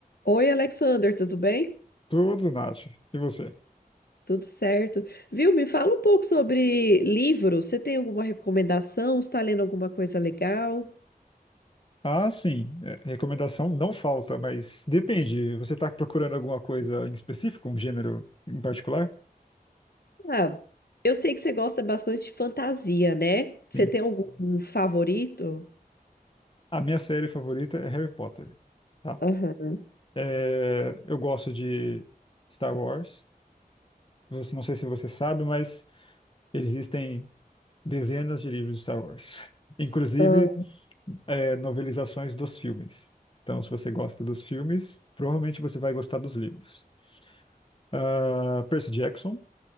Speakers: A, on the left (about 85°); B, on the left (about 35°).
A: Oi, Alexander, tudo bem?
B: Tudo, Nath. E você?
A: Tudo certo. Viu? Me fala um pouco sobre livros. Você tem alguma recomendação? Está lendo alguma coisa legal?
B: Ah, sim. É, recomendação não falta, mas depende. Você está procurando alguma coisa em específico, um gênero em particular?
A: Ah, eu sei que você gosta bastante de fantasia, né? Você
B: Sim.
A: tem algum favorito?
B: A minha série favorita é Harry Potter, tá?
A: Aham.
B: É, eu gosto de Star Wars. Você- não sei se você sabe, mas existem dezenas de livros de Star Wars. <laughs> Inclusive,
A: aham,
B: é, novelizações dos filmes. Então, se você gosta dos filmes, provavelmente você vai gostar dos livros. Ah, Percy Jackson.